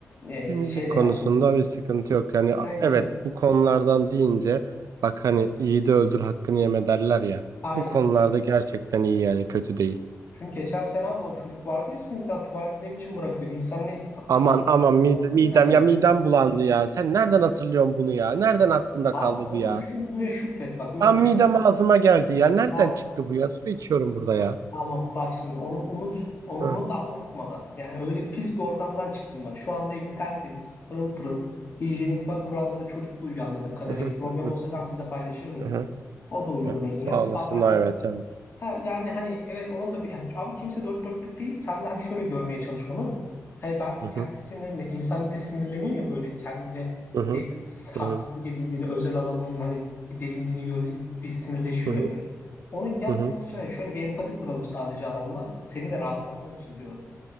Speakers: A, on the left; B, on the right.
A: Ee,
B: Temizlik
A: şey
B: konusunda
A: de yapmıyor.
B: bir sıkıntı yok. Yani
A: Aynen.
B: a- evet bu konulardan deyince bak hani iyi de öldür hakkını yeme derler ya.
A: Aynen.
B: Bu konularda gerçekten iyi yani kötü değil.
A: Çünkü geçen sene abi o çocuk vardı ya sizin bir tane tuvaleti ne biçim bırakıyordu? İnsanın kaldı
B: Aman aman midem,
A: tuvalete mi
B: midem
A: girer yani?
B: ya midem bulandı ya. Sen nereden hatırlıyorsun bunu ya? Nereden hakkında
A: Abi
B: kaldı
A: onu
B: bu ya?
A: düşün bugüne şükret. Bak öyle
B: Tam
A: düşün.
B: midem ağzıma geldi ya. Nereden
A: Hah,
B: çıktı bu ya? Su içiyorum burada ya.
A: tamam bak şimdi onu unut. Onu
B: Hı
A: unut ama unutma da. Yani öyle pis bir ortamdan çıktın bak. Şu anda evin tertemiz, pırıl pırıl. Hijyenik ba- kurallara çocuk da uyuyor anladığım kadarıyla.
B: hı
A: Bir problem
B: hı hı.
A: olsa sen bizle paylaşırdın.
B: hı hı.
A: O da uyuduğuna
B: Evet,
A: göre.
B: Sağ olasın.
A: Abi hani
B: Evet evet.
A: Ha yani hani evet onun da bir yani abi kimse dört dörtlük değil. Sen de hani şöyle görmeye çalış onu. Hani belki
B: Hı
A: kendi
B: hı
A: sinirine insan bir de sinirleniyor ya böyle kendine
B: hı hı
A: e, haksızlık
B: hı
A: edildiğini, özel alanının hani delindiğini görünce bir sinirleşiyor
B: hı
A: ya böyle. Onu yapmamak
B: hı
A: için hani şöyle bir empati kuralım sadece adamla. Seni de rahatlatmak için diyorum.